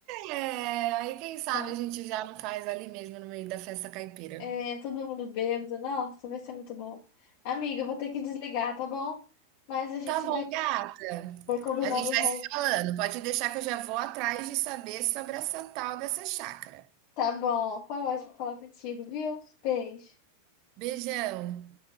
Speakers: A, on the right (about 50°); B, on the left (about 55°).
A: É, aí quem sabe
B: Tá.
A: a gente já não faz ali mesmo no meio da festa caipira.
B: É, todo mundo bêbado. Nossa, vai ser muito bom. Amiga, eu vou ter que desligar, tá bom? Mas a gente
A: Tá bom,
B: vai,
A: gata.
B: vai combinando
A: A gente
B: o
A: vai
B: resto.
A: se falando. Pode deixar que eu já vou atrás de saber sobre essa tal dessa chácara.
B: Tá bom. Foi ótimo falar contigo, viu? Beijo.
A: Beijão.